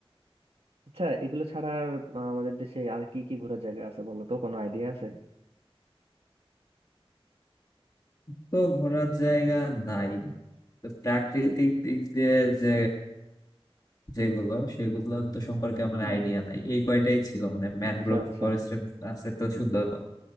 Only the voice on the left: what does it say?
তো ঘোরার জায়গা নাই
তো প্রাকৃতিক
দিক দিয়ে যে যেগুলো সেগুলো তো সম্পর্কে আমার
আইডিয়া নাই এই কয়টাই ছিল মানে ম্যানগ্রোভ
ফরেস্ট আছে তো সুন্দরবন